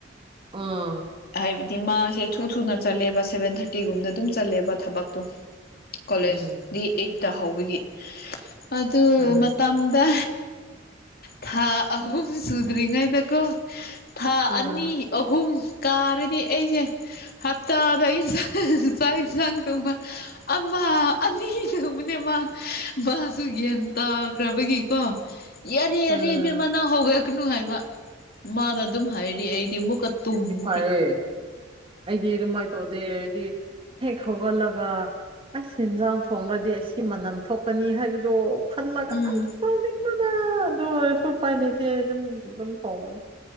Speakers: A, on the right; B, on the left.
A: ꯎꯝ
B: ꯍꯥꯏꯕꯗꯤ ꯃꯥꯁꯦ ꯊꯨ ꯊꯨꯅ ꯆꯠꯂꯦꯕ ꯁꯦꯚꯦꯟ ꯊꯥꯔꯇꯤꯒꯨꯝꯗ ꯑꯗꯨꯝ ꯆꯠꯂꯦꯕ ꯊꯕꯛꯇꯣ ꯀꯣꯂꯦꯖ
A: ꯎꯝ
B: ꯗꯤ ꯑꯩꯠꯇ ꯍꯧꯕꯒꯤ ꯑꯗꯨ
A: ꯎꯝ
B: ꯃꯇꯝꯗ ꯊꯥ ꯑꯍ ꯁꯗꯔꯤꯒꯗ ꯀ ꯊꯥ
A: ꯎꯝ
B: ꯑꯅꯤ ꯑꯍꯨꯝ ꯀꯥꯔꯗꯤ ꯑꯩꯁꯦ ꯍꯞꯇꯥꯗꯟ ꯆꯥꯛ ꯏꯟꯁꯥꯡ ꯊꯣꯡꯕ ꯑꯃ ꯑ ꯑꯅꯤ ꯊꯣꯛꯕꯅꯦ ꯃꯥ ꯃꯥꯁꯨ ꯒ꯭ꯌꯥꯟ ꯇꯥꯈ꯭ꯔꯕꯒꯤꯀꯣ ꯌꯥꯔꯤ ꯌꯥꯔꯤꯕꯦꯝꯃꯅꯥ
A: ꯎꯝ
B: ꯍꯧꯒꯛꯅꯨ ꯍꯥꯏꯕ ꯃꯥꯅ ꯑꯗꯨꯝ ꯍꯥꯏꯔꯤ ꯑꯩꯗꯤ ꯃꯨꯛꯀ ꯇꯨꯝꯃꯨ
A: ꯍꯥꯏꯑꯦ ꯑꯩꯗꯤ ꯑꯗꯨꯃꯥꯏꯅ ꯇꯧꯗꯦ ꯑꯩꯗꯤ ꯍꯦꯛ ꯍꯧꯒꯠꯂꯒ ꯑꯩ ꯏꯟꯖꯥꯡ ꯊꯣꯡꯅꯗꯤ ꯑꯩ ꯑꯁꯤ ꯃꯅꯝ ꯊꯣꯛꯀꯅꯤ ꯍꯥꯏꯕꯗꯨ ꯈꯜꯂꯒ
B: ꯎꯝ
A: ꯑꯁ ꯁꯥꯎꯅꯤꯡ ꯃꯅ ꯑꯗꯨ ꯑꯣꯏꯁꯨ ꯎꯄꯥꯏ ꯂꯩꯇꯦ ꯑꯗꯨꯝ ꯑꯗꯨꯝ ꯁꯕꯅꯦ